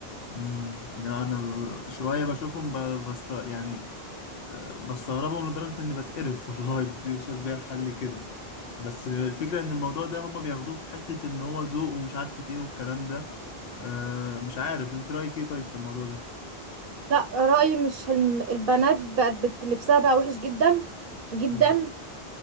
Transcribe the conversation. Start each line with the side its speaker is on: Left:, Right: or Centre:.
Left: امم لا انا ب- شويه بشوفهم ب- بست يعني بستغربهم لدرجة إني بتقرف والله <laughs> بيوصل بيا الحل كده بس الفكرة إن الموضوع ده هما بياخدوه في حتة إن هو ذوق ومش عارف إيه والكلام ده آه، مش عارف أنت رأيك إيه طيب في الموضوع ده؟
Right: لا رأيي مش حلم البنات بقت بت- لبسها بقى وحش جدا جدا
Left: مم.